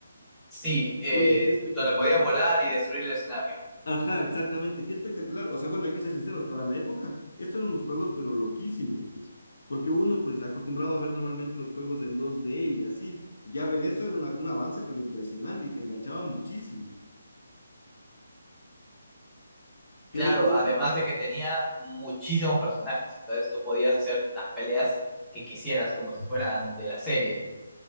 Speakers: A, in the centre; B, on the left.
A: sí, eh,
B: Oye, qué espectacular.
A: donde podías volar y destruir el escenario.
B: Ajá, exactamente, qué espectacular. O sea, bueno, hay que ser sinceros, para la época, estos eran unos juegos pero loquísimos, pues. Porque uno, pues, acostumbrado a ver normalmente los juegos en 2D y así, ya ver eso era una- un avance pero impresionante y te enganchaba muchísimo. Qué
A: Claro,
B: locura.
A: además de que tenía muchísimos personajes, entonces tú podías hacer las peleas que quisieras como si fueran de la serie.